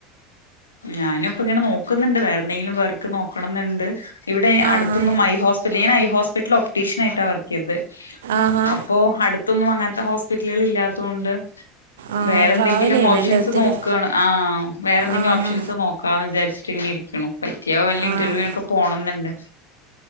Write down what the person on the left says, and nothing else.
ഞാന ഇപ്പ ഇങ്ങനെ നോക്കുന്നുണ്ട്. വേറെന്തെങ്കിലും വർക്ക് നോക്കണംന്ന്‌. ഇവിടെ അടുത്തൊന്നും
ഐ ഹോസ്പിറ്റൽ. ഞാൻ ഐ ഹോസ്പിറ്റലിൽ ഒപ്റ്റീഷ്യൻ ആയിട്ടാ വർക്ക് ചെയ്തത്.
അപ്പോ അടുത്തൊന്നും അങ്ങനത്തെ ഹോസ്പിറ്റലുകൾ ഇല്ലാത്തൊണ്ട്.
വേറെ
എന്തെങ്കിലും
ഓപ്ഷൻസ്
നോക്കാണ് ആ വേറെന്തെങ്കിലും.
ഓപ്ഷൻസ് നോക്കാന്ന് വിചാരിച്ചിട്ട് ഇങ്ങന ഇരിക്ക്ണു ‌. പറ്റിയ വല്ല
ഇന്റർവ്യൂ ഒക്കെ പോണംന്നുണ്ട്.